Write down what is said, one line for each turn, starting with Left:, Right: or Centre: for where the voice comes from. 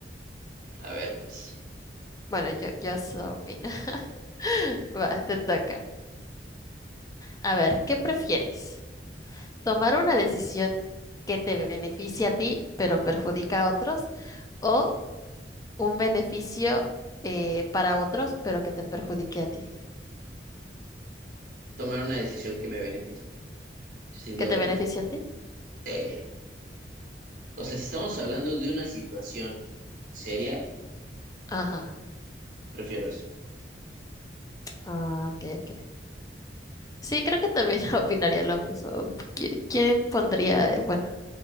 Right: A ver, pues,
Left: Bueno, yo, yo eso opino. <laughs> Va, te toca. A ver, ¿qué prefieres? tomar una decisión que te beneficie a ti, pero perjudica a otros, o un beneficio eh, para otros, pero que te perjudique a ti,
Right: tomar una decisión que me beneficie, sin duda
Left: que te
Right: alguna.
Left: beneficie a ti.
Right: Sí. O sea, si estamos hablando de una situación seria,
Left: Ajá.
Right: prefiero eso.
Left: Ah, ok, ok. Sí, creo que también <laughs> opinaría lo mismo. ¿Qui- ¿Quién pondría? eh, Bueno,